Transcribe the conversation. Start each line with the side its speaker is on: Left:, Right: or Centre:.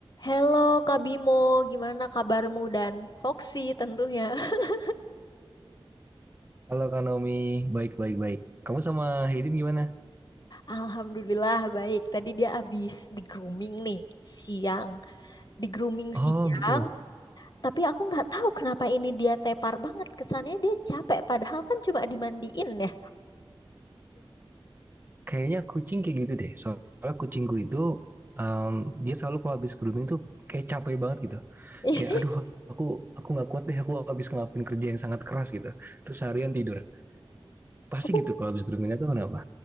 Left: Halo Kak Bimo, gimana kabarmu dan Foxy tentunya? <laughs>
Right: Halo Kak Naomi, baik baik baik. Kamu sama Haydin gimana?
Left: Alhamdulillah baik. Tadi dia habis di grooming nih siang, di grooming
Right: Oh
Left: siang.
Right: gitu.
Left: Tapi aku nggak tahu kenapa ini dia tepar banget. Kesannya dia capek, padahal kan cuma dimandiin ya.
Right: Kayaknya kucing kayak gitu deh. Soalnya kucingku itu em, dia selalu kalau habis grooming tuh kayak capek banget gitu.
Left: <laughs>
Right: Kayak aduh aku aku nggak kuat deh aku habis ngelakuin kerja yang sangat keras gitu. Terus seharian tidur. Pasti
Left: Oh,
Right: gitu kalau habis grooming tuh kenapa?